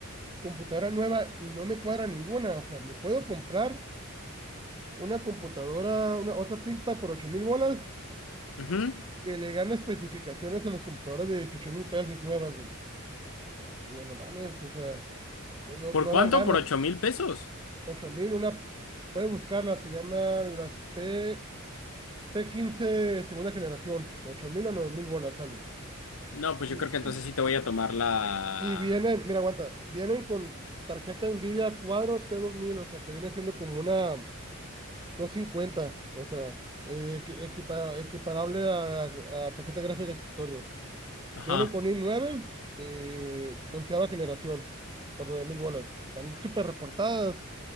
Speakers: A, on the right; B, on the left.
A: computadora nueva y no me cuadra ninguna. O sea, me puedo comprar una computadora, una otra ThinkPad por 8 mil bolas
B: Ujú.
A: que le gana especificaciones a las computadoras de 18 mil pesos nuevas, güey. Digo, no mames, o sea, no, no,
B: ¿Por
A: no
B: cuánto?
A: dan ganas.
B: ¿Por ocho mil pesos?
A: ocho mil, una, puedes buscarlas, se llaman las P, p quince segunda generación, 8 mil o 9 mil bolas sale.
B: No, pues
A: Y,
B: yo creo que
A: y,
B: entonces sí te voy a tomar la...
A: y vienen, mira, aguanta, vienen con tarjeta Nvidia Quadro t dos mil o sea, que viene siendo como una doscientos cincuenta o sea, eh, equi- equipa- equiparable a, a tarjeta gráfica de escritorio.
B: Ajá.
A: Vienen con i nueve de eh, onceava generación, por nueve mil bolas. Están súper reportadas